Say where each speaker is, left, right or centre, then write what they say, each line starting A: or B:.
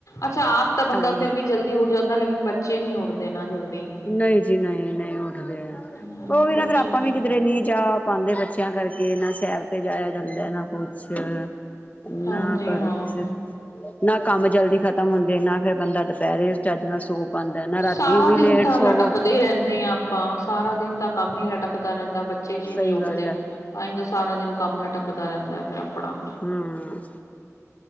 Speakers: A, on the left (about 80°); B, on the left (about 30°).
A: ਅੱਛਾ ਆਪ ਤਾਂ ਬੰਦਾ
B: ਹਾਂਜੀ
A: ਫਿਰ ਵੀ ਜਲਦੀ। ਉੱਠ ਜਾਂਦਾ। ਲੇਕਿਨ ਬੱਚੇ ਨੀ ਉੱਡਦੇ ਨਾ ਜਲਦੀ।
B: ਨਹੀਂ ਜੀ, ਨਹੀਂ, ਨਹੀਂ ਉੱਠਦੇ
A: ਹੂੰ,
B: ਉਹ ਵੀ
A: ਬੱਚੇ
B: ਨਾ ਫੇਰ ਆਪਾਂ
A: ਨੀ
B: ਵੀ ਕਿਧਰੇ ਨਹੀਂ ਜਾ ਪਾਉਂਦੇ ਬੱਚਿਆਂ ਕਰਕੇ ਨਾ ਸੈਰ ਤੇ ਜਾਇਆ ਜਾਂਦਾ। ਨਾ ਕੁਛ ਕਰ
A: ਹਾਂਜੀ
B: ਨਾ ਕਰ
A: ਹਾਂ।
B: ਕਿਸੇ ਨਾ ਕੰਮ ਜਲਦੀ ਖਤਮ ਹੁੰਦੇ। ਨਾ ਫੇਰ ਬੰਦਾ ਦੁਪਹਿਰੇ ਚਜ ਨਾਲ ਸੋ ਪਾਉਂਦਾ ਨਾ ਰਾਤੀ
A: ਸਾਰਾ
B: ਵੀ
A: ਦਿਨ
B: ਲੇਟ
A: ਤਾਂ
B: ਸੋਵੋ
A: ਲਟਕਦੇ ਹੀ ਰਹਿੰਦੇ ਹਾਂ ਆਪਾਂ, ਸਾਰਾ ਦਿਨ ਤਾਂ ਕੰਮ ਹੀ ਲਟਕਦਾ ਰਹਿੰਦਾ ਬੱਚੇ ਜੇ
B: ਸਹੀ
A: ਨਹੀਂ ਉਠਦੇ
B: ਗੱਲ ਹੈ
A: ਤਾਂ ਹੀ ਤਾਂ ਸਾਰਾ ਦਿਨ ਕੰਮ ਲਟਕਦਾ ਰਹਿੰਦਾ ਹੈ। ਫਿਰ ਆਪਣਾ।
B: ਹੂ।